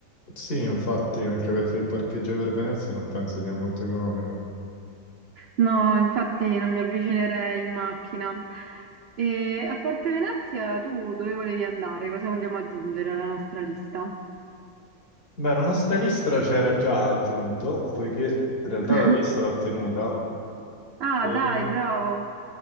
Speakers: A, on the left (about 40°); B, on the right (about 55°).
A: Sì, infatti, anche perché il parcheggio per Venezia non penso sia molto economico.
B: No, infatti non mi avvicinerei in macchina. E a parte Venezia, tu dove volevi andare? Cosa vogliamo aggiungere alla nostra lista?
A: Beh, la nostra lista c'era già aggiunto, poiché in realtà
B: <laughs>
A: la lista l'ho tenuta.
B: Ah,
A: E...
B: dai, bravo.